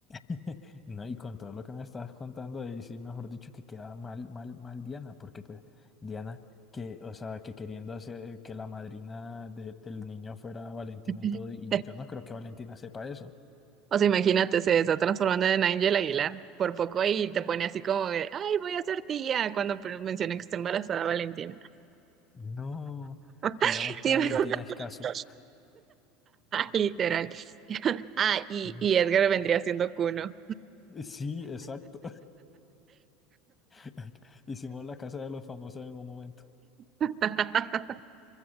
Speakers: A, on the left; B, on the right.
A: <laughs> No, y con todo lo que me estabas contando ahí, sí, mejor dicho, que queda mal, mal, mal Diana, porque pues Diana, que, o sea, que queriendo hacer que la madrina de- del niño fuera Valentina
B: <laughs>
A: y todo, y yo no creo que Valentina sepa eso.
B: O sea, imagínate, se está transformando en Ángel Aguilar por poco y te pone así como de, ay, voy a ser tía cuando pre- menciona que está embarazada Valentina.
A: No, digamos
B: <laughs>
A: que
B: Sí,
A: Valentina
B: me-
A: es
B: <laughs>
A: caso.
B: literal. Ah, y,
A: Mm.
B: y Edgar vendría siendo Cuno.
A: Sí, exacto. <laughs> Hicimos la casa de los famosos en un momento.
B: <laughs>